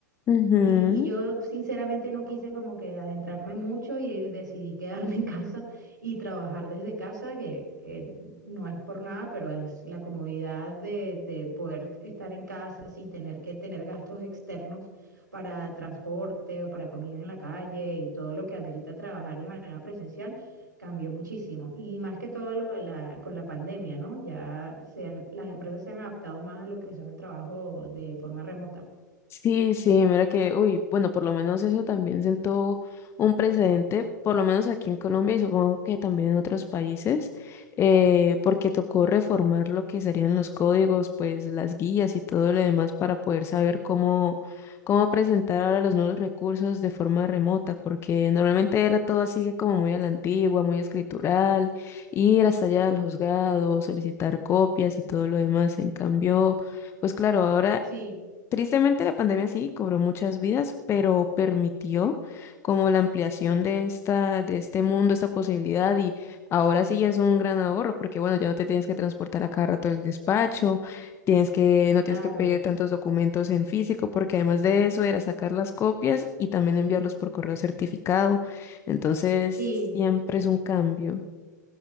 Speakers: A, on the left; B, on the right.
A: Ujú.
B: Y, y yo sinceramente no quise como que adentrarme mucho y eh, decidí quedarme <laughs> en casa y trabajar desde casa, que eh, no es por nada, pero es la comodidad de, de poder estar en casa sin tener que tener gastos externos para transporte o para comida en la calle y todo lo que amerita trabajar de manera presencial cambió muchísimo. Y más que todo lo de la, con la pandemia, ¿no? Ya se han- las empresas se han adaptado más a lo que son el trabajo de forma remota.
A: Sí, sí, mira que, uy, bueno, por lo menos eso también sentó un precedente, por lo menos aquí en Colombia y supongo que también en otros países, eh, porque tocó reformar lo que serían los códigos, pues las guías y todo lo demás para poder saber cómo, cómo presentar ahora los nuevos recursos de forma remota, porque normalmente era todo así como muy a la antigua, muy escritural, ir hasta allá
B: Y
A: al juzgado, solicitar copias y todo lo demás. En cambio, pues claro, ahora
B: sí.
A: Tristemente, la pandemia sí cobró muchas vidas, pero permitió como la ampliación de esta, de este mundo, esta posibilidad, y ahora sí ya es un gran ahorro, porque bueno, ya no te tienes que transportar a cada rato al despacho, tienes que, no
B: Claro,
A: tienes que pedir tantos documentos en físico, porque además de eso era sacar las copias y también enviarlos por correo certificado. Entonces,
B: sí,
A: siempre es un cambio.